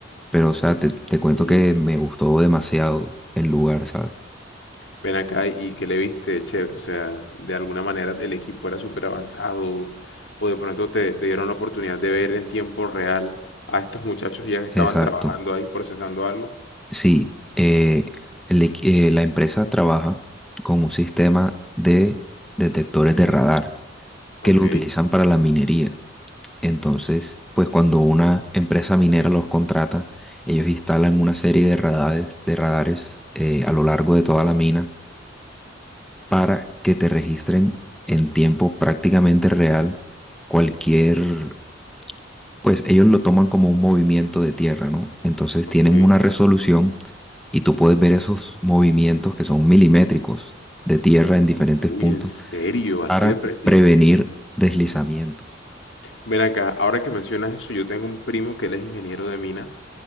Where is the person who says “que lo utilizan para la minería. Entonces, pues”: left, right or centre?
Centre